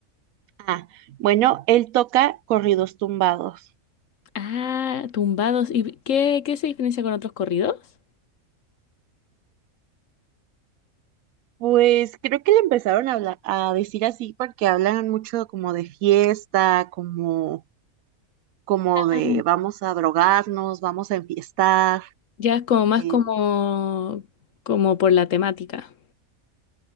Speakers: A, on the right; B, on the left.
A: Ah, bueno, él toca corridos tumbados.
B: Ah, tumbados. ¿Y qué, qué se diferencia con otros corridos?
A: Pues creo que le empezaron a, habla- a decir así porque hablan mucho como de fiesta, como, como
B: Ah.
A: de vamos a drogarnos, vamos a enfiestar.
B: Ya es como más
A: eh,
B: como, como por la temática.